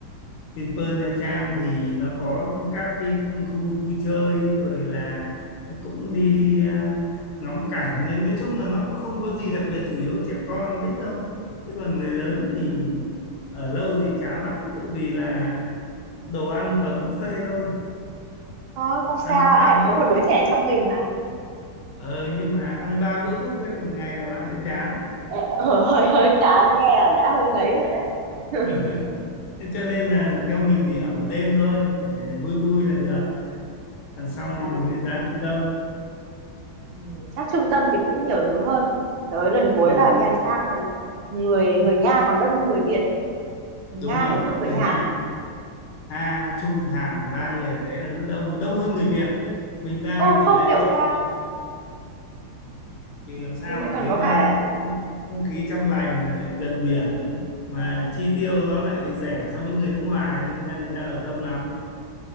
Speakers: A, on the left; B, on the right.
A: trên Pearl Nha Trang thì nó có các cái khu vui chơi rồi là cũng đi à, ngắm cảnh nên nói chung là nó cũng không có gì đặc biệt chủ yếu trẻ con thích thôi chứ còn người lớn thì ở lâu thì chán lắm tự vì là đồ ăn toàn buffet thôi
B: Ờ, không sao
A: ăn ba
B: ai
A: bữa
B: cũng có một
A: bu-
B: đứa trẻ trong mình mà
A: ờ, nhưng mà ăn ba bữa buffet một ngày là bạn sẽ chán
B: Ờ, hơi hơi chán nghe là đã hơi ngấy rồi đấy <laughs>
A: <laughs> Thế cho nên là theo mình thì ở một đêm thôi để vui vui là được còn xong thì
B: à,
A: mình lại ra trung tâm
B: ừ, chắc trung tâm thì cũng nhiều thứ hơn tới lần cuối
A: Ừ,
B: vào Nha Trang là người người Nga còn đông hơn người Việt người
A: đúng
B: Nga
A: rồi
B: người Trung người
A: người
B: Hàn
A: Nga Nga Trung Hàn ba người đấy là rất đông và đông hơn người Việt mình ra
B: ừ,
A: tỷ
B: không
A: lệ
B: hiểu
A: gặp
B: sao
A: người- vì làm sao
B: hình như
A: ở
B: còn
A: đấy
B: có
A: nó
B: cả
A: không khí trong lành lại gần biển mà chi tiêu nó lại rẻ so với người nước ngoài đâm ra người ta ở đông lắm